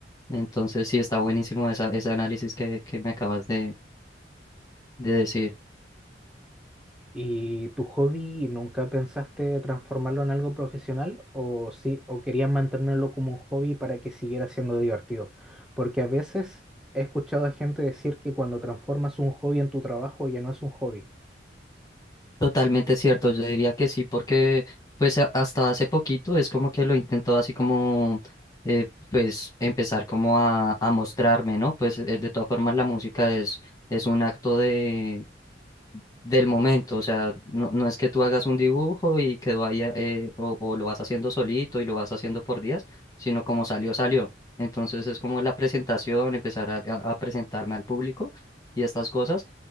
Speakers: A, on the left; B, in the centre.
A: Entonces, sí, está buenísimo esa, ese análisis que, que me acabas de de decir.
B: ¿Y tu hobby nunca pensaste transformarlo en algo profesional o sí, o querías mantenerlo como un hobby para que siguiera siendo divertido? Porque a veces he escuchado a gente decir que cuando transformas un hobby en tu trabajo ya no es un hobby.
A: Totalmente cierto, yo diría que sí, porque pues a- hasta hace poquito es como que lo intentó así como eh, pues empezar como a, a mostrarme, ¿no? Pues eh, de todas formas la música es, es un acto de, del momento, o sea, no, no es que tú hagas un dibujo y quedó ahí eh, o, o lo vas haciendo solito y lo vas haciendo por días, sino como salió, salió. Entonces es como la presentación, empezar a a- a presentarme al público y estas cosas.